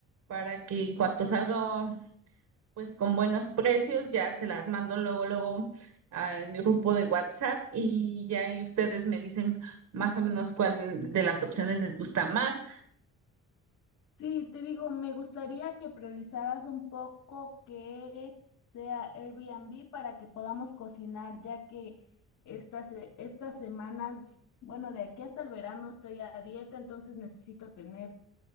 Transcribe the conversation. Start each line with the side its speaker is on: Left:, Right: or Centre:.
Right: para que en cuanto salga pues con buenos precios ya se las mando luego, luego al grupo de WhatsApp y ya ahí ustedes me dicen más o menos cuál de las opciones les gusta más.
Left: Sí, te digo, me gustaría que priorizaras un poco que sea Airbnb para que podamos cocinar, ya que estas, se- estas semanas, bueno, de aquí hasta el verano estoy a dieta, entonces necesito tener